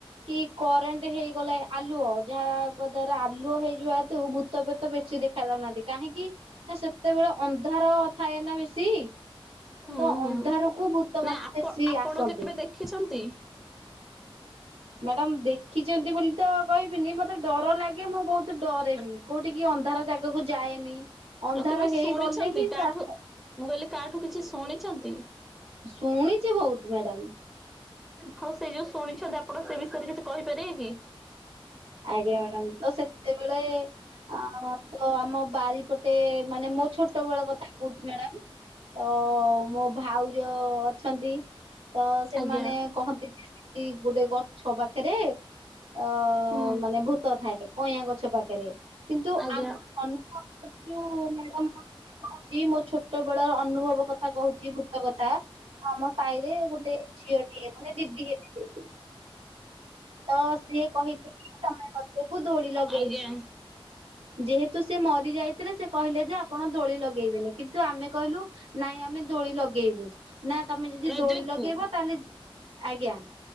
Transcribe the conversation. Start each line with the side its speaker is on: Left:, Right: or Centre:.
Right: କି କରେଣ୍ଟ ହେଇଗଲା ଆଲୁଅ ଯାହା କ୍ୱ ଦ୍ଵାରା ଆଲୁଅ ହେଇଯିବା ହେ ତୁ ଭୂତ ପ୍ରେତ ବେଶୀ ଦେଖା ଯାଉନାହାନ୍ତି କାହିଁକି ନା ସେତେବେଳେ ଅନ୍ଧାର ଥାଏ ନା ବେଶୀ
Centre: ହୁଁ
Right: ତ
Centre: ହୁଁ
Right: ଅନ୍ଧାରକୁ ଭୂ ତ ମାନେ
Centre: ନା ଆପ
Right: ବେଶୀ
Centre: ଆପଣ
Right: ଆସନ୍ତି।
Centre: କେବେ ଦେଖିଛନ୍ତି?
Right: ମ୍ୟାଡାମ୍ ଦେଖିଛନ୍ତି ବୋଲି ତ କହିବିନି ମତେ ଡର ଲାଗେ ମୁଁ ବୋହୁତ ଡରେ ବିି। କୋଉଠିକି ଅନ୍ଧାର ଜାଗାକୁ ଯାଏନି। ଅନ୍ଧାର
Centre: ଆଉ କେବେ ଶୁଣିଛନ୍ତି
Right: ହେଇଗଲେ ହିଁ
Centre: କାହାଠୁ
Right: ସେ ଆସନ୍ତି।
Centre: ମୁଁ କହିଲି କାହାଠୁ କିଛି ଶୁଣିଛନ୍ତି?
Right: ଶୁଣିଛି ବୋହୁତ ମ୍ୟାଡାମ୍।
Centre: ହୋଉ ସେ ଯୋଉ ଶୁଣିଛନ୍ତି ଆପଣ ସେ ବିଷୟରେ କିଛି କହିପାରିବେ କି?
Right: ଆଜ୍ଞା ମ୍ୟାଡାମ୍ ତ ସେତେବେଳେ ଅଁ ତ ଆମ ବାରିପଟେ ମାନେ ମୋ ଛୋଟ ବେଳ କଥା କହୁଛି ମ୍ୟାଡ଼ାମ୍। ତ ମୋ ଭାଉଜ ଅଛନ୍ତି। ତ ସେମାନେ
Centre: ଆଜ୍ଞା
Right: କହନ୍ତି <inaudible> ଗୋଟେ ଗଛ ପାଖରେ ଅ
Centre: ହୁଁ
Right: ମାନେ ଭୂତ ଥାଏ କଇଁଆ ଗଛ ପାଖରେ କିନ୍ତୁ
Centre: ଆଜ୍ଞା।
Right: ଆମ <unintelligible> <inaudible> ଯୋଉ ମ୍ୟାଡାମ୍ <inaudible> କହୁଛି ମୋ ଛୋଟ ବେଳର ଅନୁଭବ କଥା କହୁଛି ଭୂତ କଥା। ଆମ ସାହିରେ ଗୋଟେ ଝିଅଟିଏ ମାନେ ଦିଦି ହେବେ <inaudible> ତ ସିଏ କହିଥିଲେ। ତମେ ଲଗେଇବୁ ଦୋଳି ଲଗେଇ
Centre: ଆଜ୍ଞା।
Right: ଯେହେତୁ ସେ ମରିଯାଇ ଥିଲେ ସେ କହିଲେ ଯେ ଆପଣ ଦୋଳି ଲଗେଇବେନି କିନ୍ତୁ ଆମେ କହିଲୁ ନାଇଁ ଆମେ ଦୋଳି ଲଗେଇବୁ ନା ତମେ ଯଦି
Centre: ରଜକୁ
Right: ଦୋଳି ଲଗେଇବ ତାହେଲେ ଆଜ୍ଞା